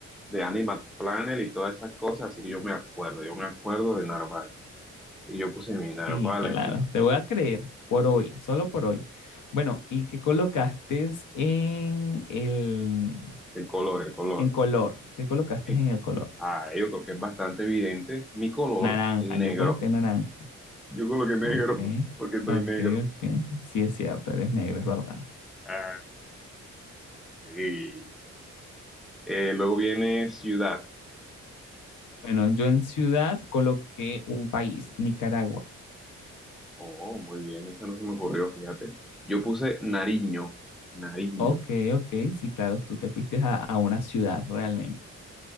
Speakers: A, in the centre; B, on the left.
A: de Animal Planet y todas esas cosas, así que yo me acuerdo, yo me acuerdo de narval. Y yo puse mi narval
B: Sí, claro.
A: aquí.
B: Te voy a creer por hoy, solo por hoy. Bueno, ¿y qué colocaste en el
A: El color, el color.
B: en color? ¿Qué colocaste
A: Eh,
B: en el color?
A: Ah, yo creo que es bastante evidente. Mi color,
B: Naranja.
A: el negro.
B: Yo coloqué naranja.
A: Yo coloqué negro
B: Ok,
A: <laughs> porque soy
B: ok,
A: negro.
B: ok. Sí es cierto, eres negra, es verdad.
A: Ah, sí. Eh, luego viene ciudad.
B: Bueno, yo en ciudad coloqué un país, Nicaragua.
A: Oh, muy bien, esa no se me ocurrió, fíjate. Yo puse Nariño, Nariño,
B: Ok, ok, sí, claro, tú te fuiste a, a una ciudad realmente.